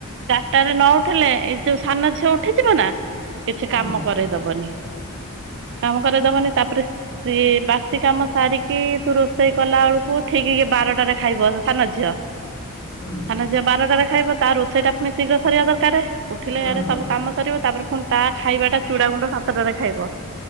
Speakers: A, on the right; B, on the left.
A: ଚାରିଟାରେ ନ ଉଠିଲେ ଏଇ ଯଉ ସାନ ଝିଅ ଉଠିଯିବ ନା। କିଛି
B: ହଁ
A: କାମ
B: ହଁ
A: କରେଇଦବନି। କାମ କରାଇଦବନି ତାପରେ ସିଏ ବାସି କାମ ସାରିକି ତୁ ରୋଷେଇ କଲା ବେଳକୁ ଠିକ୍ ବାରଟାରେ ଖାଇବ ସାନ ଝିଅ
B: ହୁଁ
A: ସାନ ଝିଅ ବାରଟାରେ ଖାଇବ ତା ରୋଷେଇଟା ପୁଣି ଶୀଘ୍ର ସରିବା ଦରକାର ଉଠିଲେ
B: ହୁଁ
A: ଇଆଡେ
B: ହୁଁ
A: ସବୁ କାମ ସରିବ ତାପରେ ପୁଣି ତା ଖାଇବା ଟା ଚୁଡ଼ା ଗୁଣ୍ଡ ସାତଟାରେ ଖାଇବ